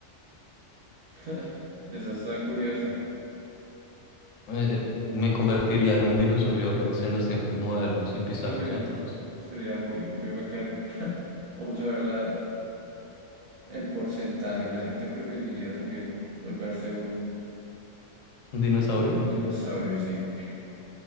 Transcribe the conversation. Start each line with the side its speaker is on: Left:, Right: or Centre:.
Right: <laughs> Esa está curiosa.
Left: Eh, me convertiría en un dinosaurio Rex en los tiempos modernos y pisarlos
Right: También
Left: a todos.
Right: sería muy, muy bacano. <laughs> Vamos a ver la- el porcentaje. La gente preferiría también volverse un,
Left: Un dinosaurio
Right: un dinosaurio, sí.